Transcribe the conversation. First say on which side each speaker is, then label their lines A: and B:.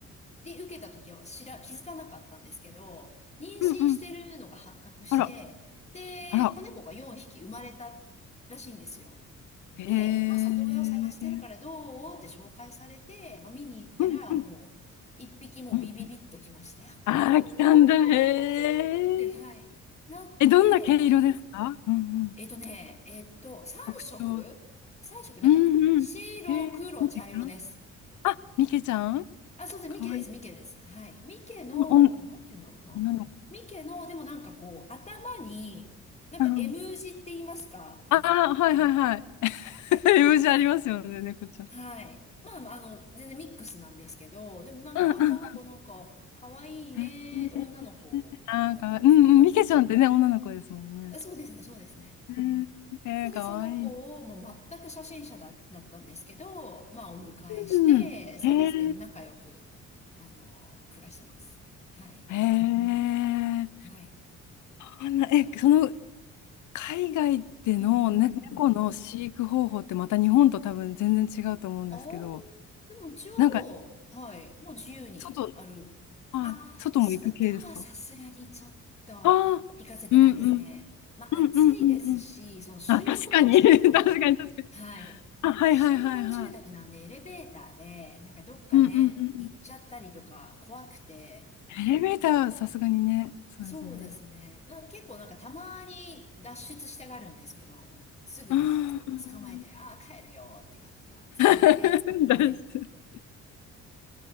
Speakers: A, on the left; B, on the left.
A: り受けた時は知ら、気づかなかったんですけど、妊娠してるのが発覚して、
B: うんうん。あら、
A: で、
B: あら、
A: 子猫が4匹生まれたらしいんですよ。
B: へえ、
A: で、まあ、里親を探してるからどうって紹介されて、
B: うん
A: まあ、見に行ったら、
B: うんうん
A: もう、一匹もうビビビッと来まして、
B: うん。
A: あ、かわいいかわいい、
B: ああ、来たんだ、
A: この子かわ
B: へえ。
A: いいって、はい、なって、
B: え、どんな毛色ですかうんうん。
A: えっとね、えっと、三色三色、
B: 特徴。
A: なんか、
B: うんうん。
A: 白、
B: へえ、
A: 黒、
B: みけちゃん
A: 茶色です。
B: あ、みけちゃん
A: あ、そうです。
B: かわいい。
A: ミケです、ミケです。はい。ミケの、
B: おん、
A: あれなんて言うんだろうな。
B: 女の子。
A: ミケの、でもなんかこう、頭に、なんか
B: うん。
A: M 字って言いますかなんか
B: ああ、はいはいはい。<laughs> イメージありますよね、猫ちゃん。
A: はい。まあ、まああの、全然ミックスなんですけど、でもなんか、
B: うん
A: あ、この子なんか、可愛いね、
B: えー
A: って女の子だったんですね。
B: あー、かわうんうん、ミケちゃんってね、女の子ですもんね。
A: あそうですね、そうですね。
B: うんえー、
A: それで、
B: かわいい。
A: その子を、もう全く初心者だ、だったんですけど、まあ、お迎えして、
B: うん。
A: そうですね、
B: へえ、
A: 仲良く、あの、暮らしてます。はい。
B: へえ、
A: はい。
B: そんな、え、その海外でのね猫の飼育方法ってまた日本と多分全然違うと思うんですけど、
A: うん、うん、うん。ああ、でもうちはもう、
B: なんか
A: はい、もう自由にある。
B: 外、はい外も行く系ですか
A: あ、外はさすがにちょっと行かせてないですね。
B: ああー、うんうん、
A: まあ暑いですし、
B: うんうんうんうん。
A: その集合住宅。
B: あ、確かに、<laughs> 確かに確かに。
A: はい。
B: あ、はいはいはいはい。
A: 集合住宅なんでエレベーターで、なんかどっかね、
B: うんうんうんうん。
A: 行っちゃったりとか怖くて。
B: エレベーターはさすがにね、そうですね。
A: そうですね。うん結構なんかたまに脱出したがるんですけど、もうすぐにこう捕まえて、
B: うん。
A: ああ、帰るよって感じでは捕まえて、
B: <laughs> 大丈夫